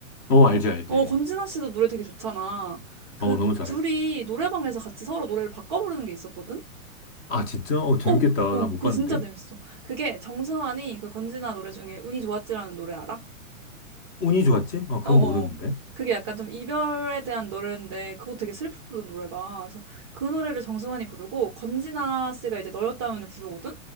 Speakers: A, on the left; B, on the right.
A: 어, 알지, 알지.
B: 어, 권진아 씨도 노래 되게 좋잖아. 그
A: 어, 너무 잘하지.
B: 둘이 노래방에서 같이 서로 노래를 바꿔 부르는 게 있었거든?
A: 아, 진짜? 어, 재밌겠다.
B: 어, 어,
A: 나 못
B: 그거
A: 봤는데?
B: 진짜 재밌어. 그게 정승환이 그 권진아 노래 중에 운이 좋았지라는 노래 알아?
A: 운이 좋았지? 아, 그건
B: 어, 어.
A: 모르는데.
B: 어. 그게 약간 좀 이별에 대한 노래인데 그거 되게 슬프거든 노래가. 그래서 그 노래를 정승환이 부르고 권진아 씨가 이제 너였다면을 부르거든?